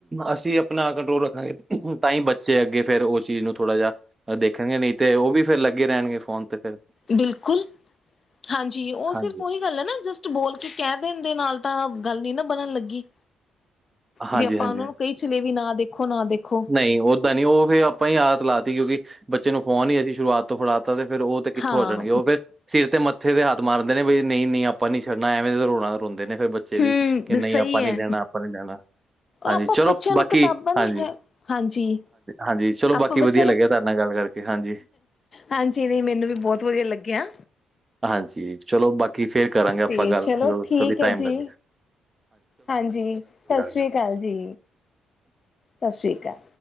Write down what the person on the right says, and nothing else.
ਅਸੀਂ ਆਪਣਾ ਕੰਟਰੋਲ ਰੱਖਾਂਗੇ ਤਾਂ ਹੀ ਬੱਚੇ ਅੱਗੇ ਫੇਰ ਉਹ ਚੀਜ਼ ਨੂੰ ਥੋੜਾ ਜਿਹਾ ਦੇਖਣਗੇ ਨਹੀਂ ਤੇ ਉਹ ਵੀ ਫੇਰ ਲੱਗੇ ਰਹਿਣਗੇ ਫੋਨ ਤੇ ਫੇਰ।
ਹਾਂਜੀ
ਹਾਂਜੀ
ਹਾਂਜੀ
ਨਹੀਂ ਓਦਾਂ ਨੀਂ ਉਹ ਫੇਰ ਆਪਾਂ ਹੀ ਆਦਤ ਲਾ ਤੀ ਕਿਉਂਕਿ ਬੱਚੇ ਨੂੰ ਫੋਨ ਹੀ ਅਸੀਂ ਸ਼ੁਰੂਆਤ ਤੋਂ ਫੜਾਤਾਾ ਫਿਰ ਉਹ ਤੇ ਕਿੱਥੋਂ
ਹਟਣਗੇ ਉਹ ਫੇਰ ਸਿਰ ਤੇ ਮੱਥੇ ਦੇ ਹੱਥ ਮਾਰਦੇ ਨੇਂ ਵੀ ਨਹੀਂ-ਨਹੀਂ ਆਪਾਂ ਨੀ ਛੱਡਣਾ ਐਵੇਂ ਦਾ ਰੋਣਾ ਰੋਂਦੇ ਨੇ ਫੇਰ ਬੱ ਬੱਚੇ
ਵੀ ਕਿ ਨਹੀਂ
ਆਪਾਂ
ਨੀ ਦੇਣਾ, ਆਪਾਂ ਨੀ ਦੇਣਾ ਹਾਂਜੀ
ਚਲੋ
ਬਾਕੀ
ਹਾਂਜੀ।
ਹਾਂਜੀ ਚਲੋ
ਬਾਕੀ
ਵਧੀਆ ਲੱਗਿਆ
ਤੁਹਾਡੇ ਨਾਲ ਗੱਲ ਕਰਕੇ ਹਾਂਜੀ
ਹਾਂਜੀ ਚਲੋ ਬਾਕੀ ਫੇਰ ਕਰਾਂਗੇ ਆਪਾਂ
ਗੱਲ
ਜਦੋਂ
ਵੀ
ਟਾਈਮ
ਲੱਗਿਆ।
ਜੀ।